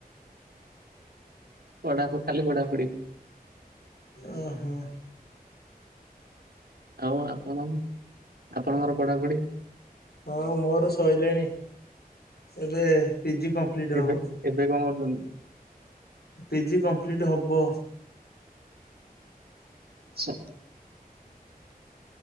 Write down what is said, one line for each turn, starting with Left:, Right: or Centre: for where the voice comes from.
Right: ପଢାପଢ଼ି ଖାଲି ପଢାପଢି।
Left: ଓ ହୋ।
Right: ହଉ ଆପଣଙ୍କ ଆପଣଙ୍କର ପଢାପଢ଼ି?
Left: ହଁ ମୋର ସରିଲାଣି ଏବେ ପିଜି କମ୍ପ୍ଲିଟ୍
Right: ଏବେ
Left: ହବ।
Right: ଏବେ କଣ କରୁଛନ୍ତି?
Left: ପିଜି କମ୍ପ୍ଲିଟ୍ ହବ।
Right: <unintelligible>